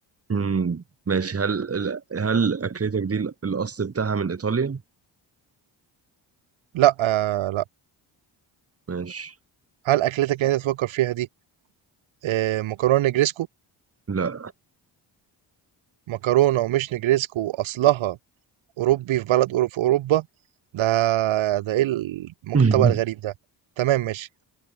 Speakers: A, on the right; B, on the right.
A: امم ماشي هل ال- هل اكلتك دي الاصل بتاعها من ايطاليا
B: لا آه، لا
A: ماشي
B: هل أكلتك اللي أنت تفكر فيها دي آه، مكرونة نجريسكو
A: لا
B: مكرونة ومش نجريسكو وأصلها أوروبي في بلد أورو- في أوروبا ده ده إيه الم-
A: <laughs>
B: الطبق الغريب ده تمام ماشي